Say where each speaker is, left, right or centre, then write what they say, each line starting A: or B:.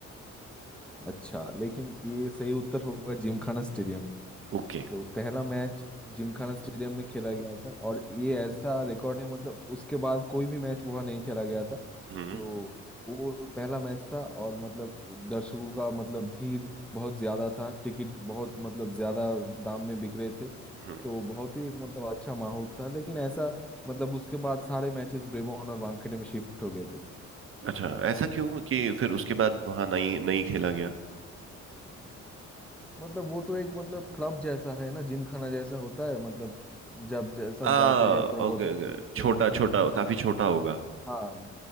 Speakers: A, in the centre; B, on the right (about 45°).
A: अच्छा लेकिन ये सही उत्तर होगा जिमखाना स्टेडियम
B: ओके
A: तो पहला मैच जिमखाना स्टेडियम में खेला गया था और ये ऐसा रिकॉर्ड है मतलब उसके बाद कोई भी मैच वहाँ नहीं खेला गया था
B: हम्म
A: तो वो पहला मैच था और मतलब दर्शकों का मतलब भीड़ बहुत ज्यादा था टिकट बहुत मतलब ज्यादा दाम में बिक रहे थे
B: हम्म
A: तो बहुत ही एक मतलब अच्छा माहौल था लेकिन ऐसा मतलब उसके बाद सारे मैचेस ब्रेबॉर्न और वानखेड़े में शिफ्ट हो गए थे
B: अच्छा ऐसा क्यों कि फिर उसके बाद वहां नहीं नहीं खेला गया
A: मतलब वो तो एक मतलब क्लब जैसा है ना जिम खाना जैसा होता है मतलब जब ज, सब
B: आ
A: जाते हैं थोड़ा बहुत
B: ओके
A: हम
B: ओके
A: करते
B: छोटा छोटा
A: हैं। हाँ
B: काफी छोटा होगा
A: हाँ हाँ